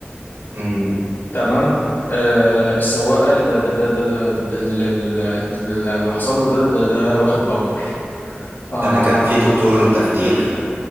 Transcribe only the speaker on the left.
تمام آه السواق قال لي ده ده ده ده, ده, ده اللي اللي حصل له ده ده, ده, ده واخد باودر آه